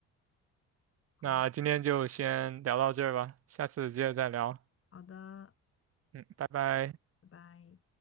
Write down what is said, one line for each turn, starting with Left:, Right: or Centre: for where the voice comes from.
Left: <laughs> 好啊，
Right: 那今天就先聊到这儿吧，下次接着再聊。
Left: 好的，
Right: 嗯，拜拜。
Left: 拜拜。